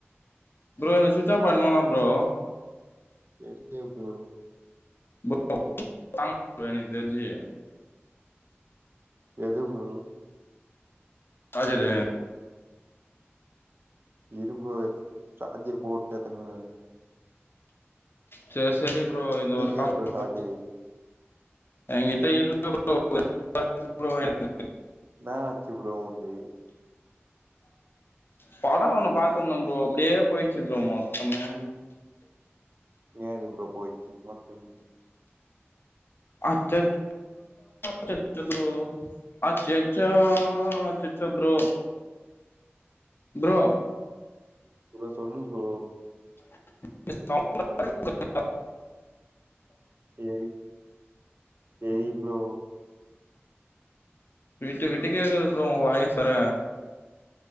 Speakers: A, on the left (about 55°); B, on the right (about 55°).
A: ப்ரோ இது சுவிட்ச் ஆஃப் ஆய்டுமானா ப்ரோ
B: ஒகே ப்ரோ
A: <inaudible> ப்ரோ <inaudible> எனக்கு தெரிஞ்சு
B: எது ப்ரோ
A: சார்ஜரு
B: இரு ப்ரோ சார்ஜர் போட்டு எட்த்துன்னு வரே
A: செரி செரி ப்ரோ இந்த ஒரு
B: இல்லையா
A: கால்
B: ப்ரோ சார்ஜரு
A: <inaudible> எங்கிட்ட இல்ல ப்ரோ ஒரு <unintelligible> ப்ரோ என்ட்ட
B: என்னாச்சு ப்ரோ உன்து
A: <inaudible> பட ஒன்னு பாத்திருந்த ப்ரோ அப்டியே போயிர்ச்சு ப்ரோ மொத்தமே
B: என்னது ப்ரோ போய்ர்ச்சு மொத்தமே
A: ஆ கேக் <inaudible> ப்ரோ அச்சச்சோ அச்சச்சோ ப்ரோ ப்ரோ
B: ப்ரோ சொல்லு ப்ரோ
A: <inaudible>
B: தெரியு தெரியு ப்ரோ
A: விட்டு விட்டு கேக்குது ப்ரோ ஒ வாய்ஸ் வேற